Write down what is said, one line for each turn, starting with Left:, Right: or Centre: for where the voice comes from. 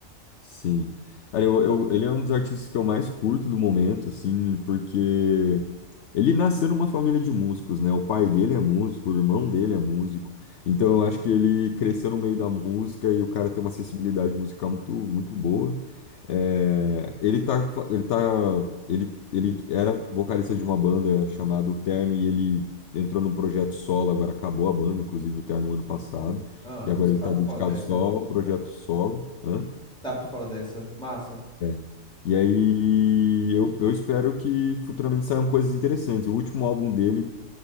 Left: Sim. Cara, eu, eu- ele é um dos artistas que eu mais curto no momento, assim, porque ele nasceu numa família de músicos, né? O pai dele é músico, o irmão dele é músico. Então eu acho que ele cresceu no meio da música e o cara tem uma sensibilidade musical muito, muito boa. É, ele tá, fa- ele tá, ele, ele era vocalista de uma banda chamada O Terno e ele entrou num projeto solo, agora acabou a banda, inclusive o Terno ano passado,
Centre: Ah, a
Left: e agora
Centre: gente só
Left: ele
Centre: tá
Left: tá
Centre: por
Left: dedicado
Centre: fora dessa.
Left: só ao projeto solo. Hã?
Centre: Tá por fora dessa. Massa.
Left: É. E aí eu, eu espero que futuramente saiam coisas interessantes. O último álbum dele,